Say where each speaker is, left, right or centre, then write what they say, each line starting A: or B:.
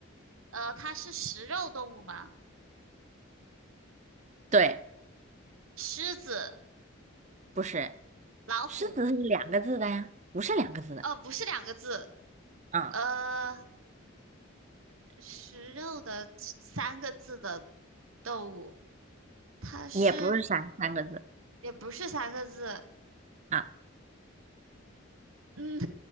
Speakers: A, on the right; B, on the right.
A: 呃，它是食肉动物吗？
B: 对，
A: 狮子、
B: 不是，
A: 老虎，
B: 狮子是两个字的呀，不是两个字的，
A: 哦，不是两个字，
B: 嗯，
A: 呃，食肉的三个字的动物，它是
B: 也不是三三个字
A: 也不是三个字，
B: 啊，
A: 嗯，